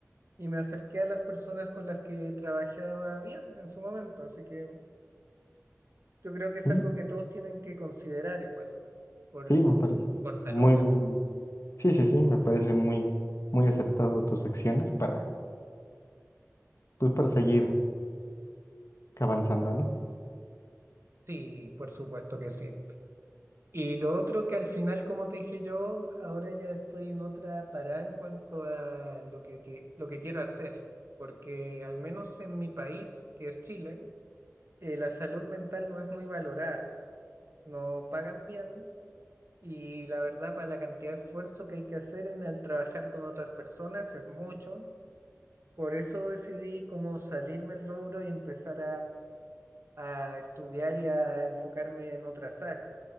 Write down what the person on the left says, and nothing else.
Mm,
Sí, me parece
muy,
muy, sí, sí, sí, me parece muy, muy acertado tus acciones para, pues, para seguir avanzando, ¿no?